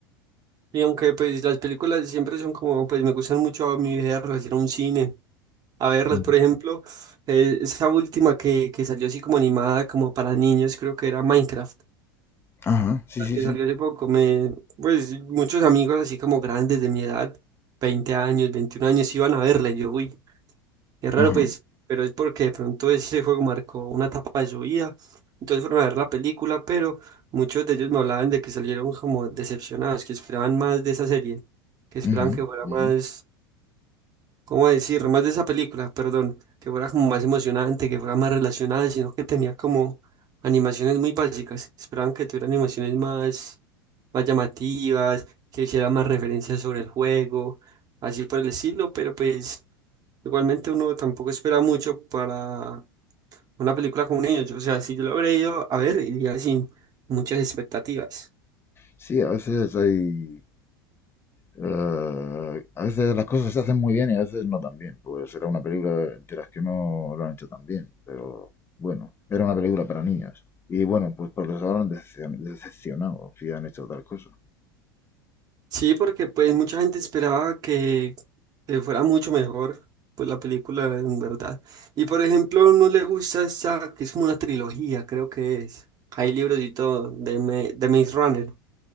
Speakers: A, on the right (about 35°); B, on the left (about 20°).
A: Y aunque pues las películas siempre son como, pues me gustan mucho a mi viaje a un cine. a verlas.
B: Ujú.
A: Por ejemplo, eh, esa última que, que salió así como animada, como para niños, creo que era Minecraft,
B: Ajá, sí,
A: la
B: sí,
A: que
B: sí.
A: salió hace poco. Me, pues muchos amigos así como grandes de mi edad, 20 años, 21 años, iban a verla. Y yo, uy, es raro,
B: Ajá.
A: pues, pero es porque de pronto ese juego marcó una etapa de su vida. Entonces fueron a ver la película, pero muchos de ellos me hablaban de que salieron como decepcionados, que esperaban más de esa serie, que esperaban
B: ujú,
A: que fuera
B: ujú.
A: más ¿cómo decir? Más de esa película, perdón, que fuera como más emocionante, que fuera más relacionada, sino que tenía como animaciones muy básicas. Esperaban que tuviera animaciones más, más llamativas, que hiciera más referencias sobre el juego, así por el estilo, pero pues igualmente uno tampoco espera mucho para una película con un niño, yo- o sea, si yo lo habría ido a ver, iría sin muchas expectativas.
B: Sí, a veces hay... Eh, a veces las cosas se hacen muy bien y a veces no tan bien. Pues era una película de las que no lo han hecho tan bien, pero bueno, era una película para niños. Y bueno, pues, pues les habrán decepcion- decepcionado si han hecho tal cosa.
A: Sí, porque pues mucha gente esperaba que, que fuera mucho mejor pues la película en verdad. Y por ejemplo, no le gusta esa, que es como una trilogía, creo que es. Hay libros y todo de, Ma- de Maze Runner.